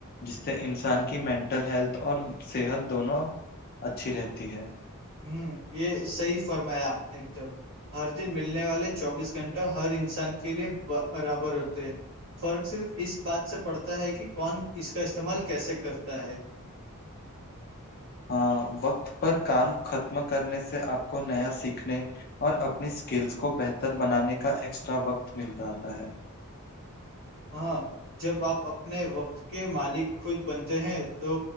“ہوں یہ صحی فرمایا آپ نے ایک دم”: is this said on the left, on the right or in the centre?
Right